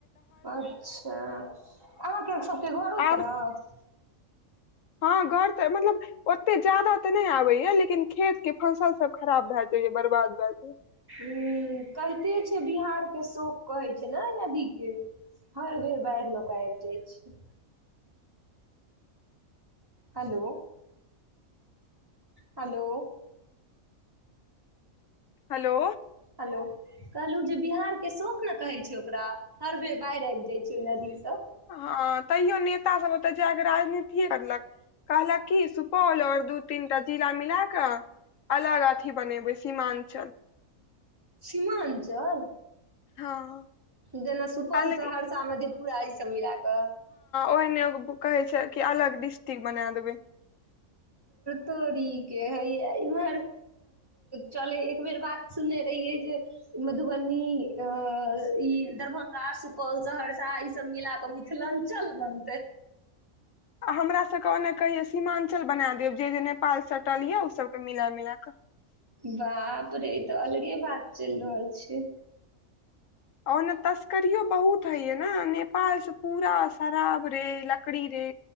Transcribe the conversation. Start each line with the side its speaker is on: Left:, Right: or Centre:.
Right: अच्छा अहाँके सभके घरो
Left: आब
Right: तरफ
Left: हँ घर तऽ मतलब ओते जादा तऽ नहि आबैएा लेकिन खेतके फसल सब खराब भैए जाइ य बर्बाद भै जाइ य
Right: उ कहिते छै बिहारके शोक कहै छै ने नदीके हर बेर बाढ़ि लोकऽ कऽ आबि जाइ छै हलौ हलौ
Left: हेलो
Right: हेलो कहलहु जे बिहारके शोक न कहै छै ओकरा हर बेर बाढ़ि आबि जाइ छै ओहि नदीसं
Left: हँ तैयो नेता सब ओते जााक राजनीति करलक कहलक की सुपौल ओ दू तीनटा जिला मिला कऽ अलग अथी बनेबे सीमांचल
Right: सीमांचल
Left: हँ
Right: जेना सुपौल
Left: अलग
Right: सहरसा मधेपुरा ई सब मिला कऽ
Left: ओहने कहै छै कि अलग डिस्ट्रिक्ट बना देबै
Right: तोरीके हया चलै एक बेर बात सुनने रहि जे मधुबनी अ ई दरभंगा सुपौल सहरसा ईसभ मिलाके मिथिलांचल बनतै <inaudible>
Left: आ हमरासभके ओन्ने के कहैए सीमांचल बना देब जे जे नेपाल सटल यए ओसभके मिलाए मिलए कऽ
Right: बाप रे ई तऽ अलगे बात चलि रहल छै
Left: ओने तस्करियो बहुत हेय न नेपाल से पूरा शराब रे लकड़ी रे